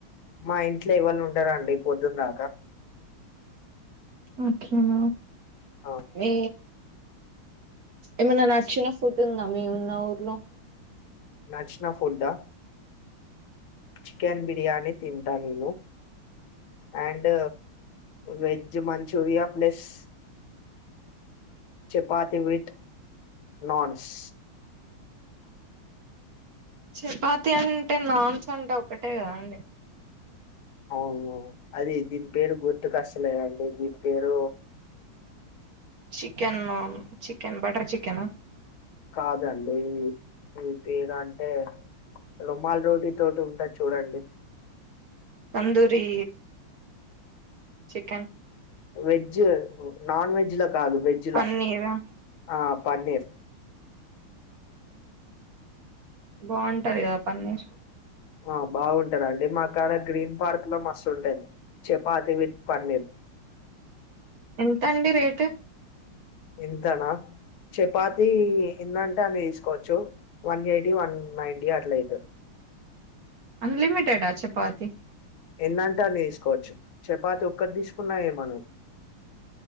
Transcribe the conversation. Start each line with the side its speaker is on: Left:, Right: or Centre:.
Left: మా ఇంట్లో ఇవాళు ఉండరండి పొద్దున్దాకా
Right: అట్లన
Left: ఆ
Right: మీ ఏమన్నా నచ్చిన ఫుడ్ ఉందా మే ఉన్న ఊర్లో
Left: నాచ్చినా ఫుడ్డా చికెన్ బిర్యానీ తింటా నిను and veg Manchuria plus chapati with naans
Right: chapati అంటే నాన్స్ అంటే ఒకటే కదా అండి
Left: అవును అది దీని పేరు గుర్తు కష్టలేదండి దీని పేరు
Right: chicken naan chicken butter chicken
Left: కాదండి ఇవి పేరంటే రోమాల్డోడి తోటి ఉంటాది చూడండి
Right: తందూరి చికెన్
Left: వెజ్ నాన్ వెజ్లా కాదు వెజ్లా
Right: పన్నీరా
Left: ఆ పన్నీర్
Right: బాగుంటది కదా పన్నీర్
Left: ఆ బాగుంటదండి మాకడ గ్రీన్ పార్క్ లో మస్తు ఉంటది చెపాతి విత్ పన్నీరు
Right: ఎంతండి రేట్
Left: ఎంతనా చపాతి ఎనంటే అన్ని తీసుకోవచ్చు వన్ ఎయిటీ వన్ నైన్ంటీ అట్లైత్
Right: అన్లిమిటెడ చపాతిీ
Left: ఎన్నంటే అన్ని తీసుకోవచ్చు చపాతి ఒక్కటి తీసుకున్నాయ ఏమనరు